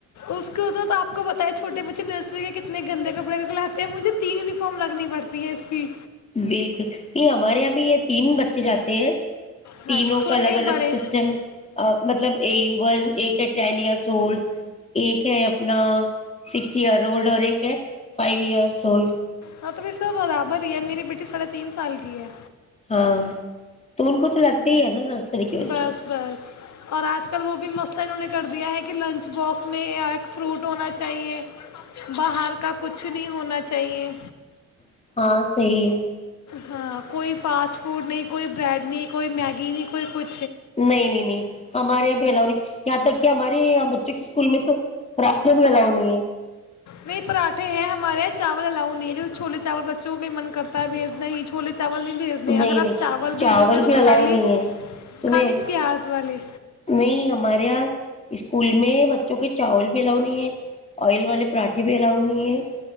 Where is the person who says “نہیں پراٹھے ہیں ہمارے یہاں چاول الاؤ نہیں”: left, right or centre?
Left